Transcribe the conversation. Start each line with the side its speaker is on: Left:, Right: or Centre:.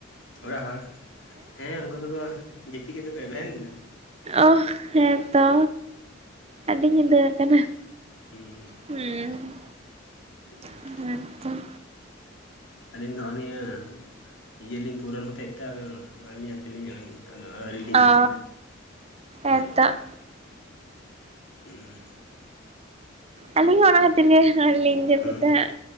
Left: ᱚᱲᱟᱜ ᱦᱚᱲ, ᱦᱮᱸ ᱩᱱᱠᱩ ᱫᱚᱠᱚ ᱡᱟᱹᱯᱤᱫ ᱠᱟᱛᱮᱜ ᱠᱚ ᱮᱵᱷᱮᱱᱮᱱᱟ᱾
Right: ᱚᱦ ᱦᱮᱸ ᱛᱚ, ᱟᱹᱰᱤ ᱧᱤᱫᱟᱹ ᱟᱠᱟᱱᱟ᱾
Left: <unintelligible>
Right: ᱦᱩᱸ ᱮᱠᱫᱚᱢ
Left: ᱟᱹᱞᱤᱧ ᱫᱚ ᱱᱚᱜ ᱱᱤᱭᱟᱹ ᱤᱭᱟᱹ ᱞᱤᱧ ᱯᱩᱨᱚᱱ ᱦᱚᱛᱮᱫ ᱛᱮ ᱟᱫᱚ ᱟᱹᱞᱤᱧ ᱟᱹᱞᱤᱧ <unintelligible> ᱟᱫᱚ ᱟᱹᱣᱨᱤ ᱞᱤᱧ
Right: ᱟ
Left: ᱡᱟᱹᱯᱤᱫᱟ ᱾ ᱦᱩᱸ
Right: ᱮᱫᱟᱜ
Left: ᱾ ᱦᱩᱸ ᱾
Right: ᱟᱹᱞᱤᱧ ᱦᱚᱸ ᱚᱱᱟ ᱠᱷᱟᱹᱛᱤᱨ ᱜᱮ ᱟᱹᱣᱨᱤᱞᱤᱧ ᱡᱟᱹᱯᱤᱫᱟ
Left: ᱦᱩᱸ
Right: ᱦᱟᱸᱜ